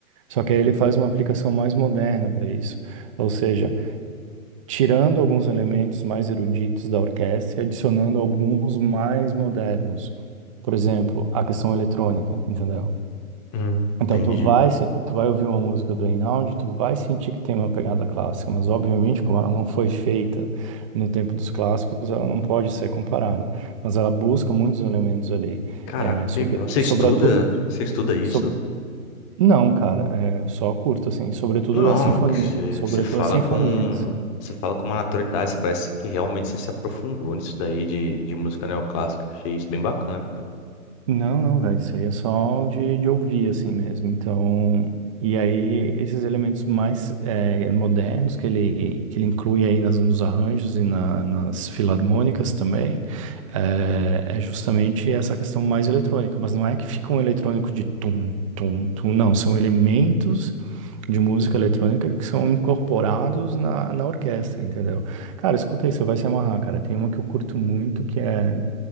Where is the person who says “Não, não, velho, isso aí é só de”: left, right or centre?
Right